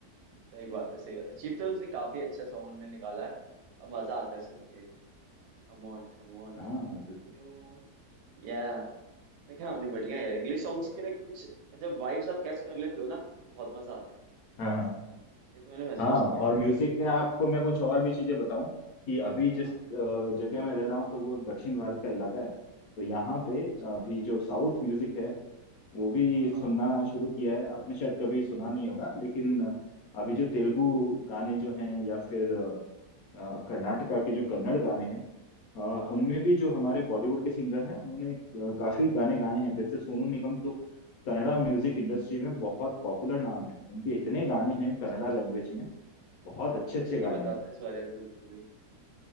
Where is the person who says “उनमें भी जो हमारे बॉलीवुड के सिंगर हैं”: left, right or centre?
Left